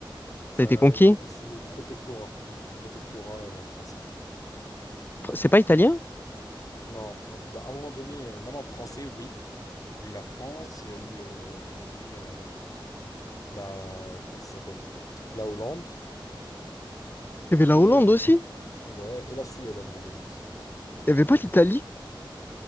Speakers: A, on the left; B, on the left.
A: Ça,
B: Ça a été conquis?
A: ça a été sous protectorat. Protectorat euh, français.
B: C'est pas italien?
A: Non, non, non. Bah, à un moment donné, euh, non, non, français, oui. Il y a eu la France, il y a eu euh, à un moment donné la, la, comment ça s'appelle? La Hollande
B: Il y avait la
A: et
B: Hollande
A: euh,
B: aussi.
A: je- ouais et la Suède à un moment donné aussi.
B: Il y avait pas l'Italie.